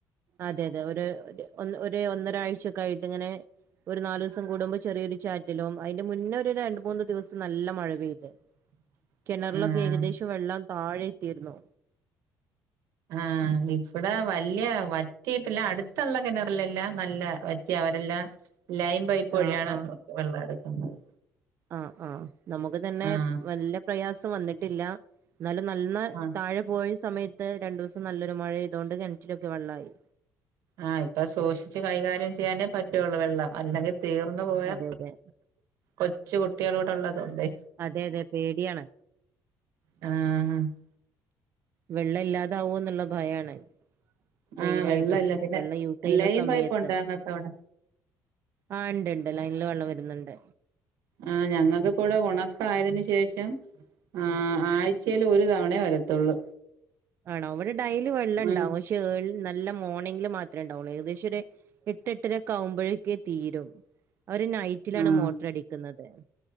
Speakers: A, on the right; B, on the right.
A: അതെ അതെ ഒരു ഒ ഒന്നരാഴ്ച കഴിഞ്ഞിട്ട് ഇങ്ങനെ ഒരു നാലു ദിവസം കൂടുമ്പ ചെറിയൊരു ചാറ്റലും അതിന്റെ മുന്നൊരു രണ്ടു മൂന്നു ദിവസം നല്ല മഴ പെയ്ത്
B: <inaudible>
A: കെണറിലൊക്കെ
B: ആഹ്
A: ഏകദേശം വെള്ളം താഴെ എത്തിയിരുന്നു
B: ആഹ് ഇഫടെ വല്യ വൽ കേട്ടില്ല അടുത്തൊള്ള കെണറിലെല്ലാം നല്ല വറ്റിയ അവരെല്ലാം ലൈൻ പൈപ്പ് വഴിയാണ്
A: ആഹ് ആഹ്
B: വെള്ളെടുക്കുന്നതെ
A: ആഹ് ആഹ് നമുക്കു തന്നെ
B: ആഹ്
A: വല്ല പ്രയാസം വന്നിട്ടില്ലാ എന്നാലും നൽന്നേ
B: ആഹ്
A: താഴെ പോയ സമയത്ത് രണ്ടു ദിവസം നല്ലൊരു മഴ ആയതുകൊണ്ട് കിണറ്റിലൊക്കെ വെള്ളായി
B: ആഹ് ഇപ്പ സൂക്ഷിച്ച് കൈകാര്യം ചെയ്യാനേ പറ്റുവൊള്ളു വെള്ളം അല്ലെങ്കി തീർന്നു പോയാ
A: അതെ അതെ
B: കൊച്ചു കുട്ടികളൂട് ഒള്ളതൊണ്ടേ
A: അതെ അതെ പേടിയാണ്
B: ആഹ് അഹ്
A: വെള്ള ഇല്ലാതാവൂവോന്നുള്ള ഭയാണ് മെയിനായിട്ടും
B: ആഹ് വെള്ളല്ല പിന്നെ
A: വെള്ളം യൂസു ചെയ്യുന്ന
B: ലൈൻ
A: സമയത്ത്
B: പൈപ്പ് ഉണ്ട് ഞങ്ങൾക്ക് അവിടെ
A: ആഹ് ഉണ്ടിണ്ട് ലൈനില് വെള്ളം വരുന്നുണ്ട്
B: ആഹ് ഞങ്ങൾക്കിപ്പ ഇവിടെ ഉണക്കായതിന് ശേഷം ആഹ് ആഴ്ചയിലൊരു തവണയേ വരത്തൊള്ളൂ
A: ആണോ ഇവിടെ ഡയ്ലി വെള്ളം ഇണ്ടാവും
B: ആഹ്
A: പക്ഷേ ഏൾ നല്ല മോർണിംഗില് മാത്രേ ഉണ്ടാവുള്ളൂ ഏകദേശൊരേ എട്ടെട്ടരൊക്കാവുമ്പോഴേക്കേ തീരും അവര് നൈറ്റിലാണ്
B: ആഹ്
A: മോട്ടറടിക്കുന്നത്